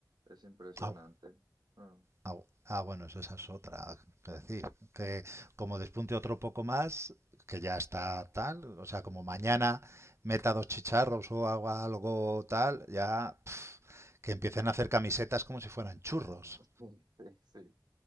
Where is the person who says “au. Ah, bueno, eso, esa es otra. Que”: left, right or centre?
Right